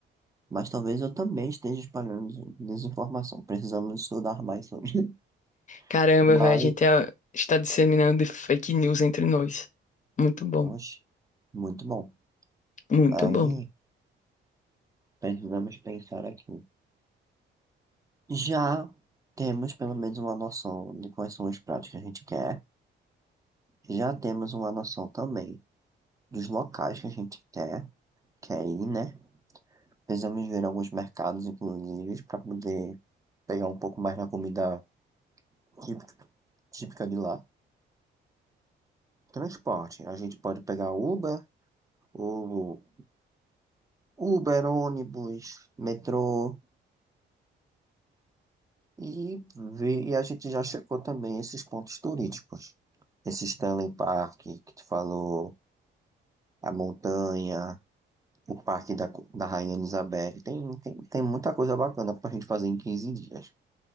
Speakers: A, on the right; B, on the left.
A: mas talvez eu também esteja espalhando desinformação. Precisamos estudar mais sobre.
B: caramba,
A: <laughs>
B: velho, a gente
A: Mas,
B: é- está disseminando fake news entre nós. Muito bom,
A: oxe, muito bom.
B: muito
A: Aí,
B: bom.
A: precisamos pensar aqui. Já temos pelo menos uma noção de quais são os pratos que a gente quer. Já temos uma noção também dos locais que a gente quer, quer ir, né? Precisamos ver alguns mercados, inclusive, para poder pegar um pouco mais da comida típica, típica de lá. Transporte, a gente pode pegar Uber, ou Uber, ônibus, metrô, e, ver, e a gente já checou também esses pontos turísticos. Esse Stanley Park que tu falou, a montanha, o Parque da, da Rainha Elizabeth, tem, tem, tem muita coisa bacana pra gente fazer em 15 dias.